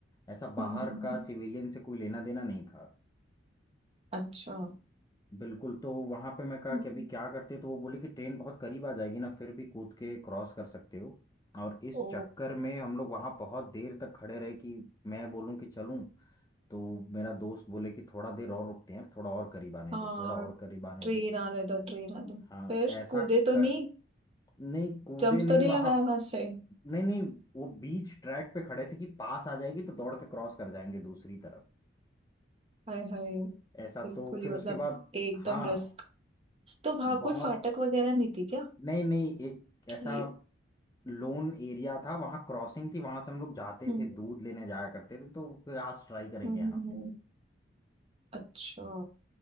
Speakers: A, on the left; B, on the right.
A: ऐसा
B: हम्म,
A: बाहर
B: हम्म।
A: का सिविलियन से कोई लेना देना नहीं था
B: अच्छा
A: बिल्कुल तो वहाँ पे मैं कहा
B: हम्म।
A: कि अभी क्या करते तो वो बोले कि ट्रेन बहुत करीब आ जाएगी ना फिर भी कूद के क्रॉस कर सकते हो और इस
B: ओ
A: चक्कर में हम लोग वहाँ बहुत देर तक खड़े रहे कि मैं बोलूँ कि चलूँ तो मेरा दोस्त बोले कि थोड़ा देर और रुकते हैं थोड़ा और करीब आने
B: हाँ
A: दे थोड़ा और करीब आने
B: ट्रेन
A: दे
B: आने दो ट्रेन आने दो
A: हाँ
B: फिर
A: ऐसा
B: कूदे तो
A: कर
B: नहीं
A: नहीं कूदे
B: जंप तो
A: नहीं
B: नहीं
A: वहां
B: लगाया वहां से
A: नहीं नहीं वो बीच ट्रैक पे खड़े थे कि पास आ जाएगी तो दौड़ के क्रॉस कर जाएंगे दूसरी तरफ
B: हाय हाय
A: ऐसा
B: बिल्कुल
A: तो
B: ही
A: फिर
B: मतलब
A: उसके बाद
B: एकदम
A: हाँ
B: रिस्क तो वहां
A: बहुत
B: कोई फाटक वगैरह नहीं थी क्या
A: नहीं नहीं एक
B: कि
A: ऐसा लोन एरिया था वहां क्रॉसिंग थी वहां से हम लोग जाते
B: हम्म
A: थे दूध लेने जाया करते थे तो फिर आज ट्राई करेंगे
B: हम्म,
A: यहाँ
B: हम्म, हम्म।
A: पे
B: अच्छा